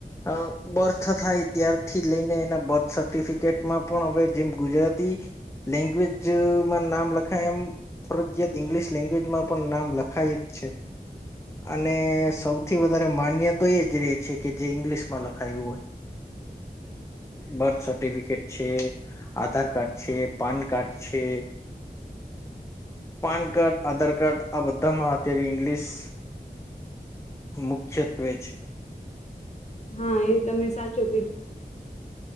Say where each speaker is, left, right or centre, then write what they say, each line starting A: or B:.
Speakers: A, on the left; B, on the left.
A: અ બર્થ થાય ત્યાર થી લઈને એના બર્થ સર્ટિફિકેટમાં પણ અવે જેમ ગુજરા તી લેંગ્વેજ માં નામ લખાય એમ ફરજયાત ઈંગ્લિશ લેંગ્વેજમાં પણ નામ લખાય જ છે અને સૌથી વધારે માન્ય તો એ જ રે છે કે જે ઇંગ્લિશમાં લખાયું હોય. બર્થ સર્ટિફિકેટ છે, આધાર કાર્ડ છે, પાન કાર્ડ છે, પાન કાર્ડ આધાર કાર્ડ આ બધામાં અત્યારે ઇંગ્લિશ મુખ્યત્વે છે.
B: હા, એ તમે સાચું કીધું.